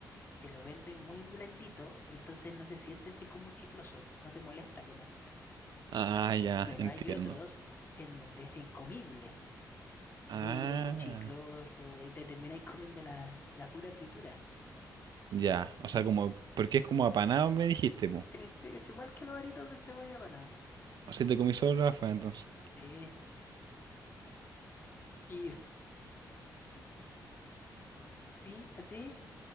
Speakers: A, on the left; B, on the right.
A: te lo venden muy blandito y entonces no se siente así como chicloso, no te molesta comer.
B: Ah, ya,
A: Pero
B: entiendo.
A: hay otros en donde es incomible,
B: Ah,
A: duro, chicloso y te termináis comiendo la, la pura fritura.
B: ya. O sea, como, porque es como apanado, me dijiste, po.
A: Sí, sí, es igual que los aritos de cebolla apanado.
B: O sea, te comí solo la fa, entonces.
A: Sí. Y, y a ti,